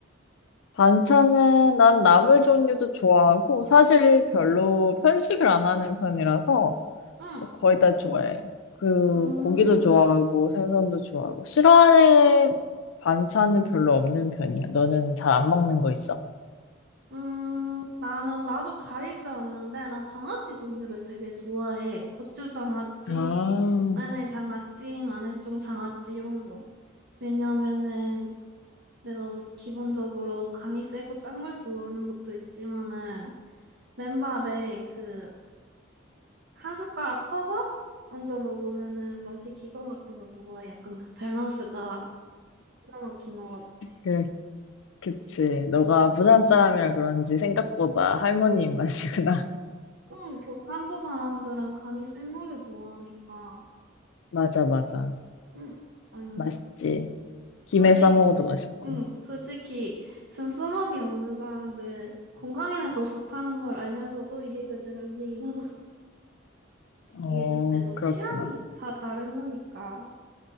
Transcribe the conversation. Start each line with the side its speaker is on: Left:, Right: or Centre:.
Left: 반찬은 난 나물 종류도 좋아하고 사실 별로 편식을 안 하는 편이라서
Right: 응.
Left: 뭐 거의 다 좋아해. 그
Right: 음,
Left: 고기도 좋아하고 생선도 좋아하고 싫어하는 반찬은 별로 없는 편이야. 너는 잘 안 먹는 거 있어?
Right: 음, 나는 나도 가리지 않는데 나 장아찌 종류를 되게 좋아해. 고추 장아찌,
Left: 아,
Right: 마늘 장아찌, 마늘종 장아찌 이런 거. 왜냐면은 내가 기본적으로 간이 세고 짠 걸 좋아하는 것도 있지만은 맨밥에 그 한 숟가락 퍼서 얹어 먹으면은 맛이 기가 막혀서 좋아해. 약간 그 밸런스가 기가 막힌 것 같아.
Left: 그래, 그치. 너가 부산 사람이라 그런지 생각보다 할머니 입맛이구나.
Right: 응, 경상도 사람들은 간이 센 거를 좋아하니까.
Left: <laughs> 맞아, 맞아.
Right: 응, 아니 난
Left: 맛있지.
Right: 음.
Left: 김에
Right: 솔직,
Left: 싸 먹어도 맛있고.
Right: 응, 솔직히 슴슴하게 먹는 사람들 건강에는 더 좋다는 걸 알면서도 이해가 잘 안 되긴 하고
Left: 어,
Right: 이게 근데 또
Left: 그렇구나.
Right: 취향이 다 다른 거니까.